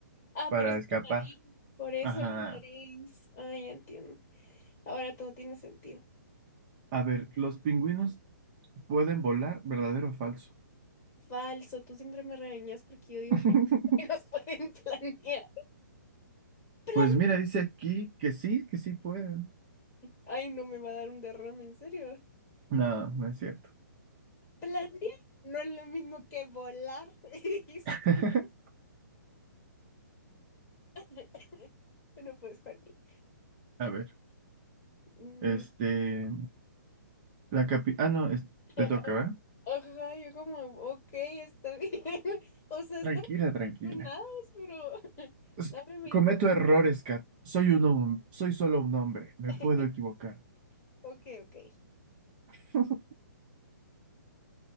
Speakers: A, on the left (about 20°); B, on the right (about 30°).
A: Ah,
B: para
A: por eso
B: escapar.
A: la nariz, por eso
B: Ajá.
A: la nariz. Ay, ya entiendo. Ahora todo tiene sentido.
B: A ver, ¿los pingüinos pueden volar, verdadero o falso?
A: Falso, tú siempre me regañas porque yo digo
B: <laughs>
A: que los <laughs> pueden planear. Plan
B: Pues mira, dice aquí que sí, que sí pueden.
A: Ay, no me va a dar un derrame, en serio.
B: No, no es cierto.
A: Planear no es lo mismo que volar, <laughs> dijiste.
B: <laughs>
A: <laughs> Bueno, pues, Juani.
B: A ver,
A: Mm,
B: este, la capi... Ah, no, es-
A: <laughs>
B: te toca, ¿verdad?
A: Ajá, yo como, ok, está bien. <laughs> O sea, estamos
B: Tranquila, tranquila.
A: emocionados, pero <laughs>
B: Es-
A: dame mi
B: Cometo
A: turno.
B: errores, Kat. Soy un hom- soy solo un hombre. Me
A: <laughs>
B: puedo equivocar.
A: Ok, ok.
B: <laughs>